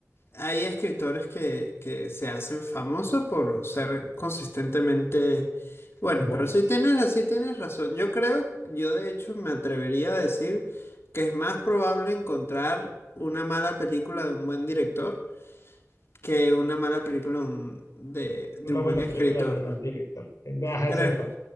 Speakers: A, on the left; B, on the left.
A: hay escritores que, que se hacen famosos por ser consistentemente... Bueno,
B: buenos.
A: pero si tienes, sí tienes razón. Yo creo, yo de hecho me atrevería a decir que es más probable encontrar una mala película de un buen director que una mala película de un- de, de
B: Una
A: un
B: buena
A: buen escritor.
B: película de un mal director. Eh, Ajá,
A: ¿Crees?
B: exacto.